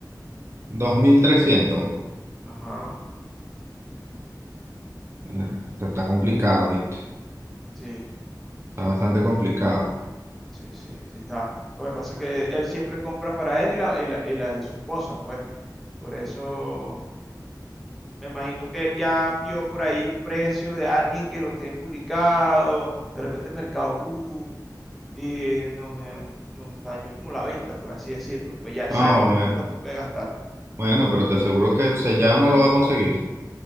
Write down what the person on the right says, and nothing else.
2300.
Verga, Está, está complicado, ¿viste?
Está bastante complicado.
Ah,
bueno,
bueno, pero te aseguro que sellado no lo va a conseguir.